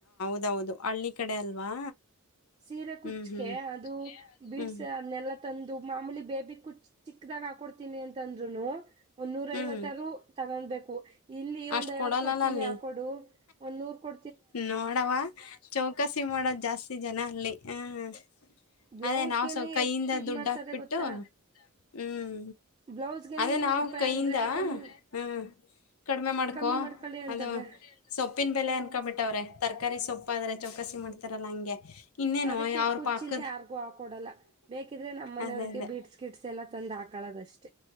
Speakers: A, on the left; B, on the right.
A: ಅದೌದು ಹಳ್ಳಿ ಕಡೆ ಅಲ್ವಾ
B: ಸೀರೆ ಕುಚ್ಕ
A: ಹ್ಮ್ ಹ್ಮ್
B: ಅದು ಬೀಡ್ಸ್
A: ಹ್ಮ್
B: ಅದನ್ನೆಲ್ಲ ತಂದು ಮಾಮೂಲಿ ಬೇಬಿ ಕುಚ್ ಚಿಕ್ಕದಾಗ ಹಾಕೊಡ್ತೀನಿ ಅಂತಂದ್ರುನು ಒ್ರ
A: ಹ್ಮ್
B: ಐವತ್ತಾರರು ತಗೊಡ್ಬೇಕು ಇಲ್ಲಿ
A: ಅಷ್ಟ್
B: ಒಂದ್ ಐವತ್ತು
A: ಕೊಡಲ್ಲಲ್ಲ
B: ಕೊಡ್ತೀನಿ
A: ಅಲ್ಲಿ
B: ಆಕ ಕೊಡು ಒಂದೂರ್ ಕೊ
A: ನೋಡವ ಚೌಕಸಿ ಮಾಡೋದು ಜಾಸ್ತಿ ಜನ ಅಲ್ಲಿ ಹ
B: ಬ್ಲೌಸ್ಗೆನೆ
A: ಅದೇ ನಾವ್ ಸ್ವಲ್ ಕೈಯಿಂದ
B: ಎಷ್ಟ್ ಇದ್
A: ದುಡ್ಡು
B: ಮಾಡ್ತಾರೆ
A: ಹಾಕ್ಬಿಟ್ಟು
B: ಗೊತ್ತಾ
A: ಹ್ಮ್
B: ಬ್ಲೌಸ್ಗೆನೆ
A: ಅದ
B: ಇನ್ನೂರು
A: ನಾವ್
B: ರೂಪಾಯಿ
A: ಕೈಯಿಂದ
B: ಅಂದ್ರೆ ಕಮ್ಮಿ
A: ಹ್ಮ ಕಡಿಮೆ ಮಾಡ್ಕೊ
B: ಕಮ್ಮಿ ಮಾಡ್ಕೊಳ್ಳಿ ಅಂತಾರ
A: ಅದು ಸೊಪ್ಪಿನ ಬೆಲೆ ಅನ್ಕಬಿಟ್ಟವ್ರೆ ತರಕಾರಿ ಸೊಪ್ಪು ಆದ್ರೆ ಚೌಕಸಿ ಮಾಡ್ತಾರಲ್ಲ ಹಂಗೆ ಇನ್ನೇನು
B: ಅದಕ್ಕೆ
A: ಅವ್ರ
B: ಕುಚ್ಚಿಲಿ
A: ಪಾಕದ
B: ಯಾರ್ಗೂ ಹಾಕೊಡಲ್ಲ ಬೇಕಿದ್ರೆ ನಮ್ಮ ಮನೆಯವ್ರಿಗೆ
A: ಅದೇ ಅದೇ
B: ಬೀಟ್ಸ್ ಕಿಟ್ಸ್ ಎಲ್ಲ ತಂದು ಹಾಕ್ ಕಳದಷ್ಟೇ